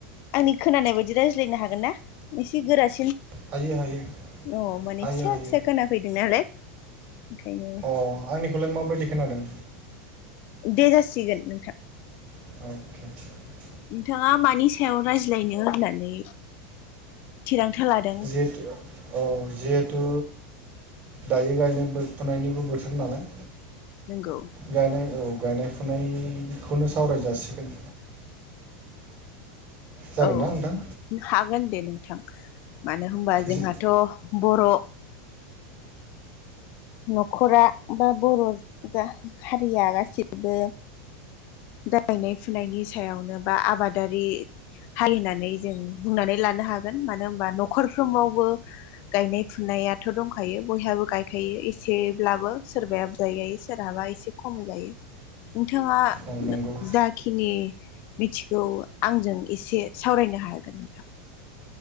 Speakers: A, on the left; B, on the right.
A: आंनि खोनानाय बायदि रायज्लायनो हागोन ना एसे गोरासिन
B: हायो हायो
A: अ माने
B: हायो
A: फिसा
B: हायो
A: फिसा खोनाफैदों नालाय ओंखायनो
B: अ आंनिखौलाय माबायदि खोनादों
A: दे जासिगोन नोंथां
B: अके
A: नोंथाङा मानि सायाव रायज्लायनो होननानै थिरांथा लादों
B: जिथु अ जिहेथु दायो गायनाय फुनायनिबो बोथोर नालाय
A: नोंगौ
B: गायनाय औ गायनाय फुनायखौनो सावराय जासिगोन। जागोनना
A: औ
B: नोंथां
A: हागोन दे नोंथां मानो होनबा
B: जि
A: जोंहाथ बर' न खरा बा बर हारिया गासैबो। गायनाय फुनायनि सायावनो बा आबादारि। हारि होननानै जों बुंनानै लानो हागोन मानो होनबा नखरफ्रोमावबो गायनाय फुनायाथ दंखायो बयहाबो गायखायो ए एसेब्लाबो सोरबाया बुजाय गायो सोरहाबा एसे खमै गायो। नोंथाङा
B: औ नंगौ
A: जा खिनि मिथिखौ आंजों एसे सावरायनो हागोन नोंथां।